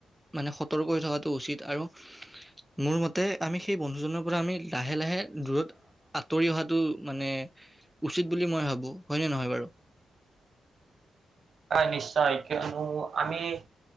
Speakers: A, in the centre; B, on the right.
A: মানে সতৰ্ক হৈ থকাটো উচিত আৰু- মোৰ মতে আমি সেই বন্ধুজনৰ পৰা আমি লাহে-লাহে দূৰত- আঁতৰি অহাটো মানে উচিত বুলি মই ভাবো, হয় নে নহয় বাৰু?
B: হয়, নিশ্চয়। কিয়নো আমি-